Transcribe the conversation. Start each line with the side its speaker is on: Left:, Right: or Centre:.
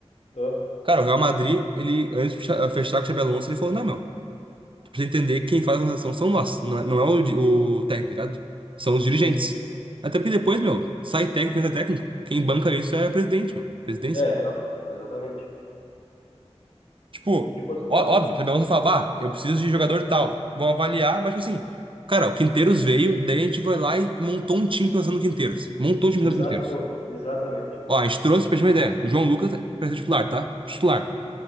Left: é,
Right: Cara, o Real Madrid, ele, antes de cha- fechar com o Xabi Alonso, ele falou: não, meu, tu precisa entender que quem faz a transação são nós. Não é, não é o, di- o técnico, tá ligado? São os dirigentes.
Left: sim.
Right: Até porque depois, meu, sai técnico, entra técnico. Quem banca isso é presidente, meu. Presidência.
Left: É, real, exatamente.
Right: Tipo,
Left: E tipo assim,
Right: ó- óbvio, o Xabi Alonso fala: bah, eu preciso de jogador tal. Vão avaliar, mas, tipo assim, cara, o Quinteiros veio, daí a gente foi lá e montou um time pensando no Quinteiros. Montou um time
Left: exato,
Right: pensando no Quinteiros.
Left: pô, exatamente.
Right: Ó, a gente trouxe, pra gente ter uma ideia, o João Lucas é pra ser titular, tá? Titular.